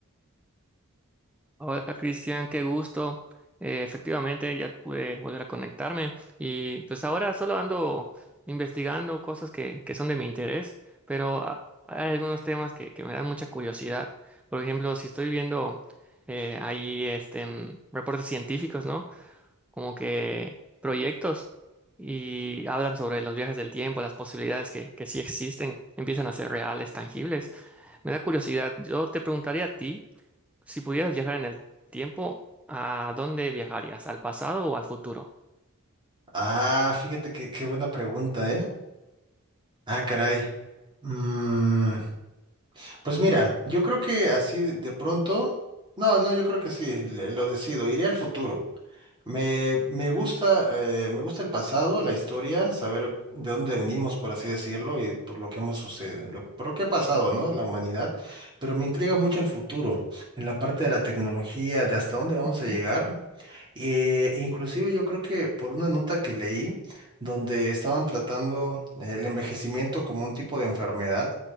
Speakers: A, in the centre; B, on the right (about 20°).
A: Hola Cristian, qué gusto. Eh, efectivamente ya pude volver a conectarme y pues ahora solo ando investigando cosas que, que son de mi interés, pero ha- hay algunos temas que, que me dan mucha curiosidad. Por ejemplo, si estoy viendo eh, ahí este, mm, reportes científicos, ¿no? Como que proyectos y hablan sobre los viajes del tiempo, las posibilidades que, que sí existen, empiezan a ser reales, tangibles. Me da curiosidad. Yo te preguntaría a ti. Si pudieras viajar en el tiempo, ¿a dónde viajarías? ¿Al pasado o al futuro?
B: Ah, fíjate que, qué buena pregunta, ¿eh? Ah, caray. Mm, pues mira, yo creo que así de de pronto, no, no, yo creo que sí, le- lo decido, iré al futuro. Me, me gusta, eh, me gusta el pasado, la historia, saber de dónde venimos, por así decirlo, y por lo que hemos sucedido, lo, por lo que ha pasado, ¿no? La humanidad, pero me intriga mucho el futuro, en la parte de la tecnología, de hasta dónde vamos
A: Ujú.
B: a llegar. Eh, inclusive yo creo que por una nota que leí, donde estaban tratando eh, el envejecimiento como un tipo de enfermedad